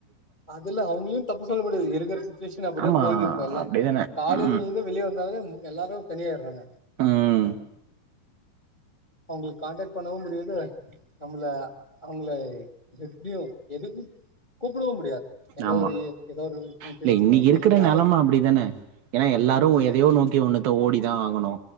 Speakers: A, on the left (about 20°); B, on the right (about 70°).
A: அதுல அவங்களயு தப்பு சொல்ல முடியாது இருக்குற சிச்சுவேஷன் அப்டி
B: ஆமா
A: தா போகுது இப்ப எல்லா
B: அப்டிதானே
A: காலேஜ்லருந்து
B: ம்
A: வெளியே வந்தாலே எல்லாரு தனியாயிறாங்க
B: ம்
A: அவங்கள கான்டாக்ட் பண்ணவு முடியாது நம்மள அவங்கள எப்டியு எதுக்கு கூப்டவு முடியாது எந்த
B: ஆமா
A: ஒரு ஏதோ ஒரு உன் ஃப்ரெண்ட்ஸ்
B: இல்ல இன்னைக்கு
A: கோ செரி
B: இருக்கிற
A: யாரு
B: நெலம அப்டிதானே ஏன்னா எல்லாரு
A: ஆமா
B: எதையோ நோக்கி ஒண்ணுத்த ஓடிதா ஆகணு